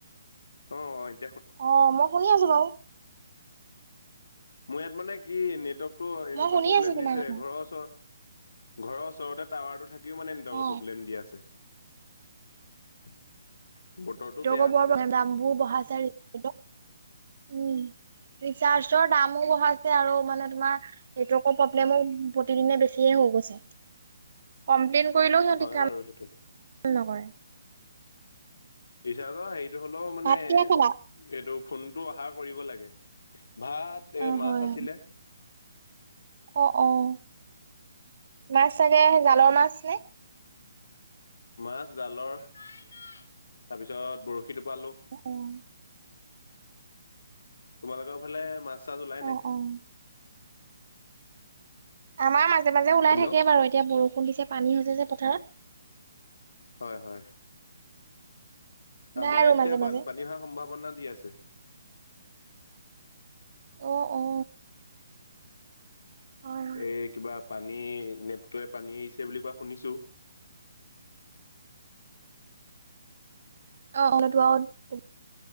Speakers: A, on the left; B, on the right.
A: অ'।
B: অ', মই শুনি আছো বাৰু।
A: মোৰ ইয়াত মানে কি নেটৱৰ্কটো এনেকুৱা
B: মই শুনি
A: প্ৰব্লেম
B: আছো তোমাৰ
A: দিছে
B: কথা
A: ঘৰৰ ওচৰত ঘৰৰ ওচৰতে টাৱাৰটো থাকিও মানে নেটৱৰ্কৰ
B: অ
A: প্ৰব্লেম দি আছে। <inaudible> বতৰটো
B: <unintelligible> দামবোৰ
A: বেয়া তাতে
B: বঢ়াইছে <unintelligible> উম। ৰিচাৰজৰ দামো বঢ়াইছে আৰু মানে তোমাৰ নেটৱৰ্কৰ প্ৰব্লেমো প্ৰতিদিনে বেছিয়ে হৈ কমপ্লেইন কৰিলেও সিহতি
A: হয়
B: কাম
A: বাৰু সেইটো
B: নকৰে।
A: ৰিচাৰ্জৰ হেৰিটো হ'লেও মানে
B: ভাত কিহে খালা?
A: এইটো ফোনটো অহা কৰিব লাগে। ভাত এই
B: অ',
A: মাছ
B: হয়,
A: আছিলে।
B: অ'- অ' মাছ চাগে জালৰ মাছ হে।
A: মাছ জালৰ তাৰপিছত বৰশী টোপালোঁ।
B: অ',
A: তোমালোকৰ ফালে মাছ চাছ ওলাই
B: অ',
A: নাই।
B: অ', আমাৰ মাজে- মাজে ওলাই
A: হেল্ল'
B: থাকে বাৰু এতিয়া বৰষুণ দিছে পানী হৈছে যে পথাৰত।
A: হয়- হয়।
B: ওলাই
A: আমাৰ ইয়াত
B: আৰু
A: এতিয়া
B: মাজে
A: বানপানী
B: মাজে
A: হোৱাৰ সম্ভাৱনা দি আছে।
B: অ'- অ'। হয়
A: এই কিবা পানী নেপটয়ে পানী এৰিছে বুলি কোৱা শুনিছো। <inaudible>
B: <unintelligible>